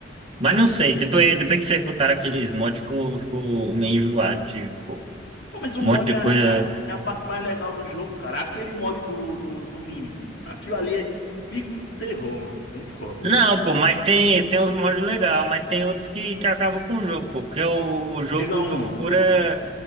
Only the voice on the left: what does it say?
Pô, mas o
mod
é, a-
é, a é a parte mais legal do jogo, cara. Aquele mod do, do, do Mímico, mano. Aquilo ali é pico de terror, mano. Muito foda.
Diga um.